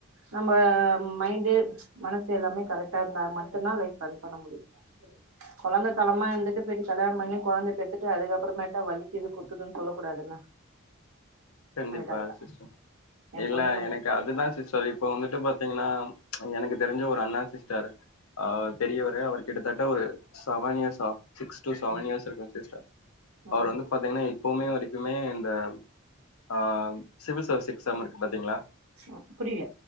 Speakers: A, on the right; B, on the left.
A: நம்ம மைண்டு ச் மனசு எல்லாமே கரெக்டா இருந்தா மட்டு தான் லைப் ரன் பண்ண முடியும் கொழந்த தனமா இருந்துட்டு போயிட்டு கல்யாணம் பண்ணி குழந்தை பெத்துட்டு அதுக்கப்புறமேட்டா வலிக்குது குத்துதுன்னு சொல்ல கூடாதுல்ல
B: கண்டிப்பா
A: அதுக்காக தா
B: சிஸ்டர்
A: எ
B: இல்ல
A: பொண்ணுங்களோட
B: எனக்கு அதுதான் சிஸ்டர் இப்ப வந்துட்டு பா பாத்தீங்கன்னா ப்ச் எனக்கு தெரிஞ்ச ஒரு அண்ணா சிஸ்டர் ஆஹ் பெரியவரு அவர் கிட்டத்தட்ட ஒரு சவணியர்சா சிக்ஸ் டு செவன்
A: ம்
B: இயர்ஸ் இருக்கும் சிஸ்டர்அவரு
A: ம்
B: வந்து பாத்தீங்கனா எப்பவுமே வரைக்குமே இந்த ஆ சிவில் சர்வீஸ் எக்ஸாம் இருக்கு பாத்தீங்ளா
A: ம் புரியல